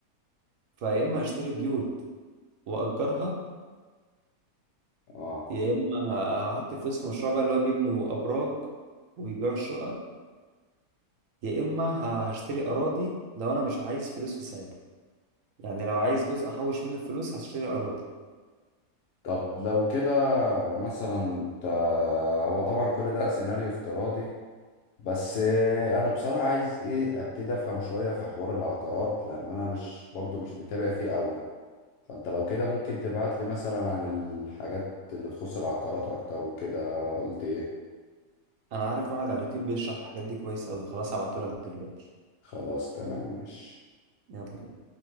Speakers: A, on the right; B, on the left.
A: فيا اما هشتري بيوت واجرها
B: اه
A: يا اما هحط الفلوس في مشروع بقى اللي هو بيبنوا ابراج ويبيعوا الشقق يا اما ه- هشتري اراضي لو انا مش عايز فلوس في ساعتها يعني لو عايز جزء احوش منه الفلوس هشتري اراضي
B: طب لو كده مثلا انت هو طبعا كل ده سيناريو افتراضي بس آه، انا بصراحة عايز ايه ابتدي افهم شوية في حوار العقارات لان انا مش برضو مش متابع فيه قوي فانت لو كده ممكن تبعت لي مثلا عن الحاجات اللي تخص العقارات اكتر وكده قلت ايه
A: انا عارف واحد على اليوتيوب بيشرح الحاجات دي كويس قوي خلاص هبعتهولك دلوقتي
B: خلاص تمام ماشي
A: يلا بينا